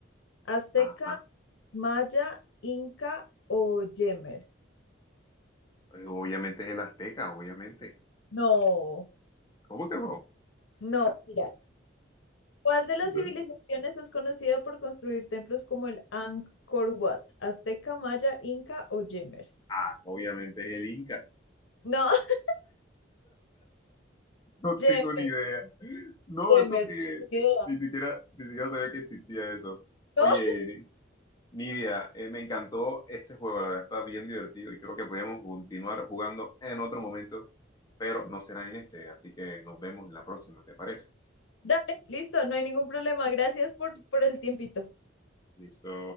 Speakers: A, on the left; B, on the left.
A: ¿Azteca,
B: ajá.
A: Maya, Inca o Yemer?
B: Obviamente es el Azteca, obviamente.
A: No,
B: ¿Cómo que no?
A: no, mira. ¿Cuál de las civilizaciones
B: ¿Eh?
A: es conocida por construir templos como el Angkor Wat? ¿Azteca, Maya, Inca o Jemer?
B: Ah, obviamente es el Inca.
A: No, <laughs>
B: No
A: Jemer.
B: tengo ni idea. No,
A: Yemer,
B: eso que
A: ni idea.
B: ni siquiera, ni siquiera sabía que existía eso.
A: No,
B: Oye,
A: <laughs>
B: Nidia, eh, me encantó este juego, la verdad está bien divertido y creo que podríamos continuar jugando en otro momento, pero no será en este, así que nos vemos en la próxima, ¿te parece?
A: dale, listo, no hay ningún problema. Gracias por, por el tiempito.
B: Listo.